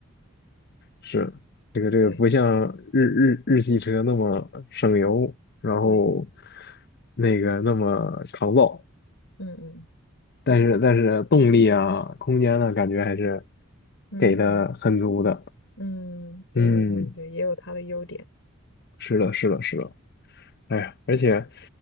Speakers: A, on the left (about 50°); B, on the left (about 65°).
A: 是这个这个不像日日日系车那么省油，
B: 对
A: 然后
B: 对，
A: 那个那么抗造，
B: 嗯嗯
A: 但是但是动力啊、空间呢，感觉还是
B: 嗯
A: 给的很足的。
B: 嗯，对对对对对，
A: 嗯，
B: 也有它的优点。
A: 是的，是的，是的。哎呀，而且，